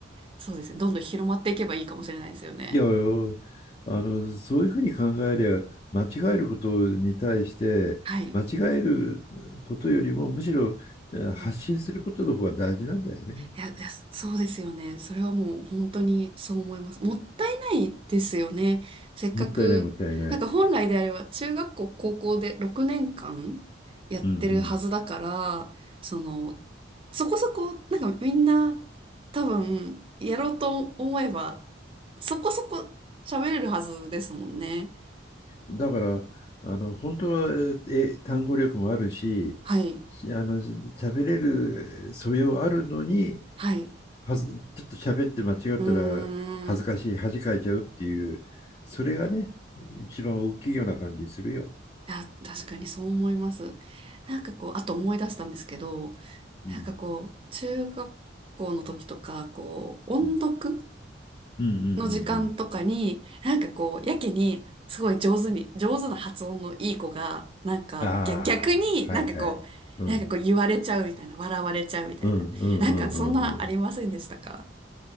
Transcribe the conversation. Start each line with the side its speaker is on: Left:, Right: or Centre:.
Right: そうですね。どんどん広まっていけばいいかもしれないですよね。
Left: いや、あの、そういうふうに考えりゃ、間違えることに対して、
Right: はい。
Left: 間違えることよりも、むしろえー発信することの方が大事なんだよね。
Right: うんいや、いやそうですよね。それはもう本当にそう思います。もったいないですよね。せっかく、
Left: もったいない、もったいない。
Right: なんか本来であれば中学校、高校で6年間やってるはずだから、
Left: うん
Right: その、そこそこ、なんかみんな多分やろうと思えば、そこそこ喋れるはずですもんね。
Left: うん。だから、あの、本当は、え、単語力もあるし、
Right: はい。
Left: しあの、喋れる素養あるのに、
Right: はい。
Left: はず、ちょっと喋って間違ったら恥ずかしい、
Right: うーん。
Left: 恥かいちゃうっていう、それがね、一番大きいような感じするよ。
Right: いや、確かにそう思います。なんかこう、あと思い出したんですけど、
Left: うん。
Right: なんかこう、中学校の時とか、こう、音読
Left: うん。うんうんう
Right: の時間とかに、
Left: ん
Right: なんかこう、やけに、すごい上手に、上手な発音のいい子が、なんか、
Left: うん。ああ、
Right: 逆、逆になんかこう、
Left: はいはい。うん。
Right: なんかこう言われちゃうみたいな、笑われちゃうみたいな。
Left: うんうんうんうんうん。
Right: なんかそんなありませんでしたか